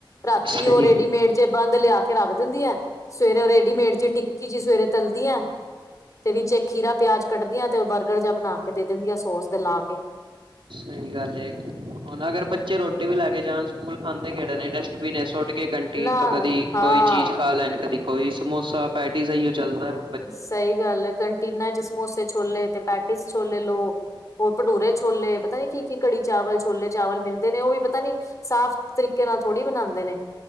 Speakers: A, on the left; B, on the right.
A: ਰਾਤੀ
B: ਸਹੀ
A: ਉਹ ਰੇਡੀਮੇਡ ਜੇ ਬੰਦ ਲਿਆ ਕੇ ਰੱਖ ਦਿੰਦੀ ਐ। ਸਵੇਰੇ ਉਹ ਰੇਡੀਮੇਡ ਜੀ, ਟਿੱਕੀ ਜਿਹੀ ਸਵੇਰੇ ਤਲਦੀ ਐ ਤੇ ਵਿੱਚ ਇੱਕ ਖੀਰਾ, ਪਿਆਜ ਕੱਟਦੀਆਂ ਤੇ ਉਹ ਬਰਗਰ ਜਾਂ ਬਣਾ ਕੇ ਦੇ ਦਿੰਦੀਆਂ, ਸੋਸ ਦਾ ਲਾ ਕੇ।
B: ਸਹੀ ਗੱਲ ਏ। ਹੁਣ ਅਗਰ ਬੱਚੇ ਰੋਟੀ ਵੀ ਲੈ ਕੇ ਜਾਣ ਸਕੂਲ, ਖਾਂਦੇ ਕਿਹੜਾ ਨੇ। ਡਸਟਬਿਨ 'ਚ ਸੁੱਟ ਕੇ ਕੰਟੀਨ
A: ਨਾ
B: ਤੋਂ ਕਦੀ
A: ਹਾਂ
B: ਕੋਈ ਚੀਜ਼ ਖਾ ਲੈਣ। ਕਦੀ ਕੋਈ ਸਮੋਸਾ, ਪੈਟੀ ਸਹੀਓ ਚੱਲਦਾ ਓ।
A: ਸਹੀ ਗੱਲ ਏ। ਕੰਟੀਨਾਂ 'ਚ ਸਮੋਸੇ ਛੋਲੇ ਤੇ ਪੈਟਿਸ ਛੋਲੇ ਲੋ। ਹੋਰ ਭਟੂਰੇ ਛੋਲੇ, ਪਤਾ ਨੀ ਕੀ-ਕੀ, ਕੜੀ-ਚਾਵਲ, ਛੋਲੇ-ਚਾਵਲ ਮਿਲਦੇ ਨੇ। ਉਹ ਵੀ ਪਤਾ ਨੀ ਸਾਫ਼ ਤਰੀਕੇ ਨਾਲ ਥੋੜ੍ਹੀ ਬਣਾਂਦੇ ਨੇ।